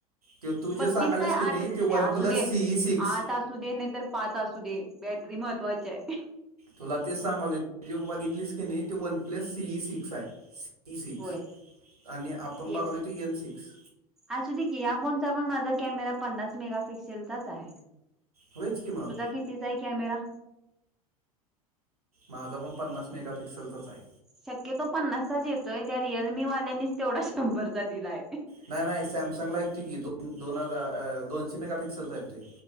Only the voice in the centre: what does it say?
बत्तीस
काय
आठ
ए
असू
दे,
आठ असू दे, नाही तर पाच असू दे ब महत्वाची आहे.
होय,
येस,
असू दे की, आपण जमा मागल कॅमेरा पन्नास मेगापिक्सेलचाच हाय,
तुझा कितीचा आहे कॅमेरा?
शक्यतो पन्नासच येतोय, त्या रिअलमीवाल्यानीच तेवढा शंभरचा दिलाय.